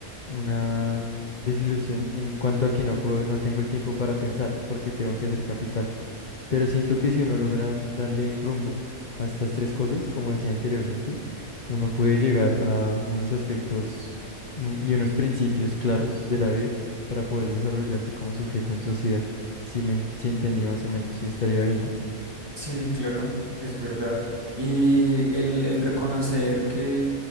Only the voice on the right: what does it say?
Sí, claro, es verdad. Y el, el reconocer que,